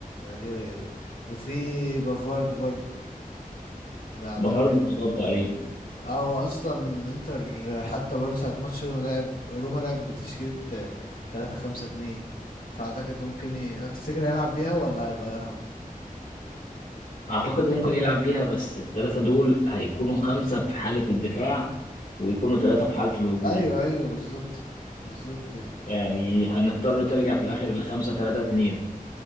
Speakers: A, on the left (about 80°); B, on the left (about 65°).
A: كده كده وفي بافارد برضو ده اعتقد
B: بفرض مصاب تقريبا
A: اه هو اصلا انتر حتى برضه ساعة ماتش روما لعب روما لعب بتشكيلة تلاتة خمسة اتنين فاعتقد ممكن ي... تفتكر هيلعب بيها ولا هيغيرها
B: اعتقد ممكن يلعب بيها بس الثلاثه دول هيكونوا خمسه في حاله الدفاع ويكونوا ثلاثه في حاله الهجوم
A: ايوه ايوه بالظبط بالظبط
B: يعني هنضطر ترجع في الاخر لخمسة تلاتة اتنين